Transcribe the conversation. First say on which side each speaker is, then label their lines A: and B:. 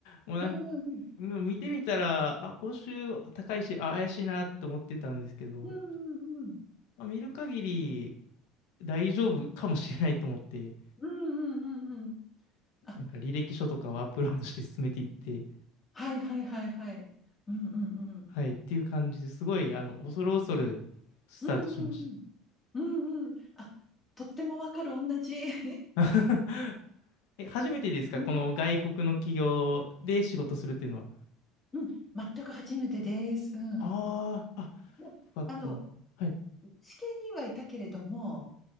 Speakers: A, on the left (about 75°); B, on the left (about 15°).
A: もうなんか、
B: うんうん
A: もう見てみたら、あ、報酬高いし、あ、怪しいなと思ってたんですけど、
B: うん。うんうんうん。
A: まあ見る限り大丈夫かもしれないと思って、
B: うんうんうんうん。あ、
A: なんか履歴書とかをアップロードして進めていって、
B: はいはいはいはい。うんうんうん。
A: <laughs> はい、っていう感じですごい、あの、恐る恐るスタートしまし
B: うんうんうん。うんうん。あ、とってもわかる、同じ。<laughs>
A: た。<laughs> え、初めてですかこの外国の企業で仕事するっていうのは。
B: うん、うん全く初めてです。うん。
A: ああ、あ、
B: まあの、
A: よかった。はい。
B: 試験にはいたけれども、